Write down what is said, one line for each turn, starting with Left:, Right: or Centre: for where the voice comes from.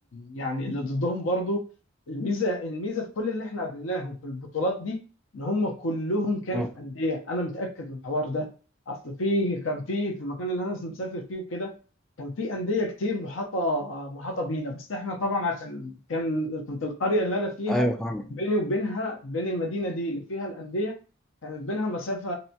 Left: يعني اللي ضدهم برضو الميزة الميزة في كل اللي احنا قابلناهم في البطولات دي ان هم كلهم كانوا
Centre: مم.
Left: في أندية انا متأكد من الحوار ده اصل في كان في في المكان اللي انا مسافر فيه وكده كان في أندية كتير محاطة محاطة بينا بس احنا طبعا عشان كان كنت القرية اللي انا فيها
Centre: ايوه فاهم
Left: بيني وبينها بين المدينة دي اللي فيها الأندية كانت بينها مسافة